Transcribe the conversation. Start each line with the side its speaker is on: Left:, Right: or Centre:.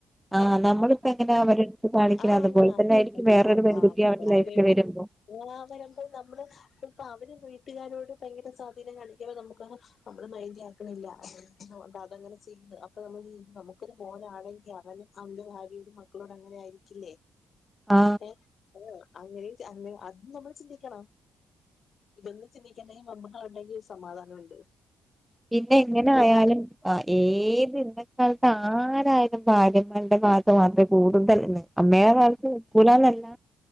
Centre: ആ
Left: ഏ
Centre: നമ്മളിപ്പോ എങ്ങനെ അവരെടുത്ത് കാണിക്കണം
Left: ആ
Centre: അതുപോലെ
Left: ആഹ്
Centre: തന്നെ ആയിരിക്കും വേറൊരു പെൺകുട്ടി അവന്റെ ലൈഫിൽ
Left: <inaudible>
Centre: വരുമ്പോ
Left: ആ വരുമ്പൾ നമ്മള് ഇപ്പ അവര് വീട്ടുകാരോട് ഭയങ്കര സ്വാധീനം കാണിക്കുമ്പ നമുക്ക് നമ്മള് മൈൻഡ് ആക്കണില്ല അതങ്ങനെ ചെയ്യുന്നു അപ്പൊ നമ്മള് ചെയ്യ ക്കൊരു മോനാണെങ്കിൽ അവനും അവന്റെ ഭാര്യോടും മക്കളോടും അങ്ങനെ ആയിരിക്കില്ലേ?
Centre: ആ
Left: ഏ ഏ അങ്ങനെ അങ്ങ അതും നമ്മള് ചിന്തിക്കണം ഇതൊന്ന് ചിന്തിക്കണ്ടെങ്കിൽ മമ്മളുണ്ടെങ്കിൽ സമാധാനൊണ്ട്
Centre: പിന്നെ എങ്ങനെ ആയാലും ആ ഏത് ഇന്നത്തെ കാലത്ത് ആരായാലും ഭാര്യെ മാരുടെ ഭാഗത്ത് മാത്രമേ കൂടുതൽ നിക്കുള്ളു വേറാരും നിക്കൂലാന്നല്ല